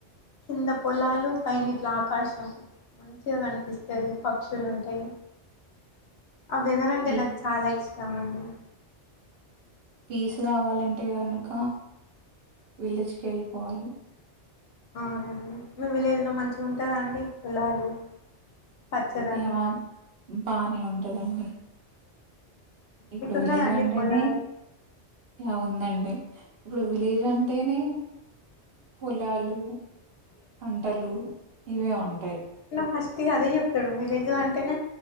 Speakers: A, on the left; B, on the right.
A: కింద పొలాలు పైనిట్ల ఆకాశం మంచిగ కనిపిస్ తది పక్షులుంటయ్ ఆ వెథర్ అంటే
B: పీ
A: నాక్ చాలా ఇష్ టం అండి.
B: పీస్ గావాలంటే గనక విలేజ్కెళ్ళిపోవాలి.
A: అవునండి మీ విలేజ్లో మంచిగుంటదా అండి పోలాలు పచ్చదనం
B: యా బానే ఉంటదండి. ఇప్పుడు
A: మీకున్నాయా
B: విలేజ్
A: అండి
B: అంటేనే
A: పొలాలు
B: యా ఉందం డి ఇప్పుడు విలేజ్ అంటేనే పొలాలు, పం టలు ఇవే ఉంటయి
A: ఫస్టిగ అదే చెప్తడు విలేజ్ అంటేనే